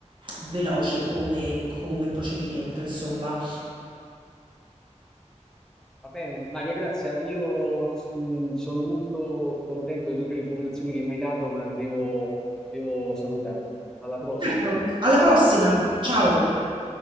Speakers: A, on the right; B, in the centre.
A: veloce come, come procedimento, insomma.
B: Va bene, Maria Grazia, io mm, sono molto contento di tutte le informazioni che mi hai dato, ma devo devo salutarti. Alla prossima.
A: Certo. Alla prossima, ciao!